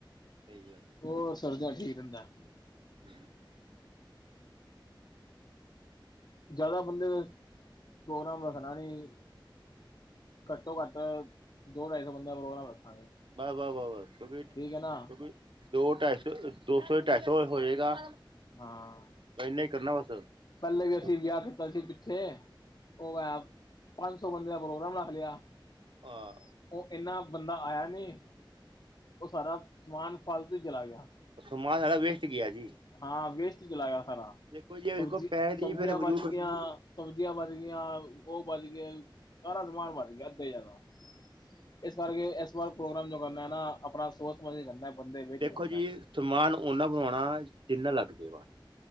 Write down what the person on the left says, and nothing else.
ਹੋਰ ਸਰਦੀਆਂ ਚੂ ਠੀਕ ਰਹਿੰਦਾ
ਜ਼ਿਆਦਾ ਬੰਦੇ ਦਾ ਪ੍ਰੋਗਰਾਮ ਰੱਖਣਾ ਨਹੀਂ ਘੱਟੋ ਘੱਟ ਦੋ ਢਾਈ ਸੌ ਬੰਦਾ ਪ੍ਰੋਗਰਾਮ ਰੱਖਾਂਗੇ
ਠੀਕ ਹੈ ਨਾ
ਹਾਂ
ਪਹਿਲੇ ਵੀ ਅਸੀਂ
ਵਿਆਹ ਸੀ ਪਿੱਛੇ ਉਹ ਮੈਂ ਪੰਜ ਸੌ ਬੰਦ ਦਾ ਪ੍ਰੋਗਰਾਮ ਰੱਖ ਲਿਆ
ਉਹ ਇੰਨਾ ਬੰਦਾ ਆਇਆ ਨਹੀਂ, ਉਹ ਸਾਰਾ ਸਮਾਨ ਫਾਲਤੂ ਹੀ ਚਲਾ ਗਿਆ
ਹਾਂ, ਵੇਸਟ ਚਲਾ ਗਿਆ ਸਾਰਾ
ਸਬਜ਼
ਸਬਜ਼ੀਆਂ
ਬਚ
ਗਈਆਂ ਸਬਜ਼ੀਆਂ ਬਚ ਗਈਆਂ, ਉਹ ਬਚ ਗਏ, ਸਾਰਾ ਸਮਾਨ ਬਚ ਗਿਆ, ਅੱਧੇ ਜਿਆਦਾ ਇਸ ਕਰਕੇ ਇਸ ਵਾਰ ਪ੍ਰੋਗਰਾਮ ਜੋ ਕਰਨਾ ਹੈ ਨਾ ਆਪਣਾ ਸੋਚ ਸਮਝ ਕਰਨਾ ਬੰਦੇ ਵੇਖ
ਕੇ ਕਰਨਾ